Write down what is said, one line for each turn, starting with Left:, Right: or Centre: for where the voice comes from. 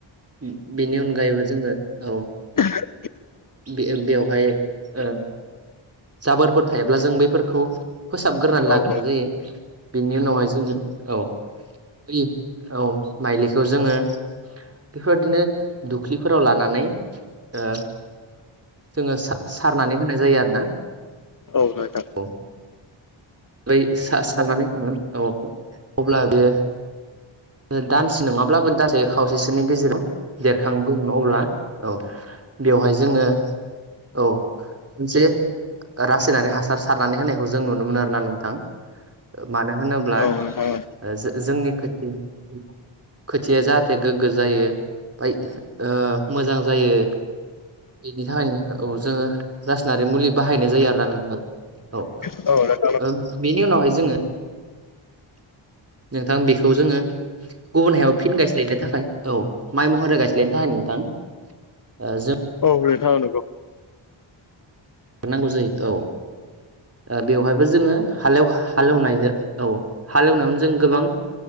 Right: उम बेनि अनगायैबो जोङो औ।
Left: <unintelligible>
Right: बे-बेवहाय ओ जाबोरफोर थायोब्ला जों बैफोरखौ फोसाबग्रोनानै
Left: नोंथां
Right: लाग्रोनाय जायो। बेनि उनावहाय जोङो औ। फोयो औ माइलिखौ जोङो बेफोबादिनो दुख्लिफोराव लानानै ओ जोङो सा-सारनानै होनाय जायो आरोना।
Left: औ जायो थां।
Right: औ बै सा-सारनानै थांगोन औ। अब्ला बेयो ओ दानसे नङाब्लाबो दानसे खावसे नि गेजेराव देरखांबोगोन अब्ला औ बेवहाय जोङो औ मोनसे रासायनारि हासार सारनानै होनायखौ जों नुनो मोनो आरना नों थां ओ मानो होनोब
Left: औ नोंथां औ।
Right: ओ जो-जोंनि खोथि <inaudible> खोथिया जाहाथे गोग्गो जायो फाय ओ मोजां जायो इनि थाखायनो औ जोङो रासनारि मुलि बाहायनाय जायो आरोना नोंथां औ।
Left: <unintelligible>
Right: ओं बेनि उनावहाय जोङो <inaudible> नोंथां बेखौ जोङो गुबुन हायाव फिन गायस्लायनो थाखाय औ माइ महरै गायस्लायनो थाखाय नोंथां ओ जों
Left: औ नोथां औ नोंगौ।
Right: नांगौ जायो औ ओ बेवहायबो जोङो हालेव हालेवनायजो औ हालेवनायावनो जों गोबां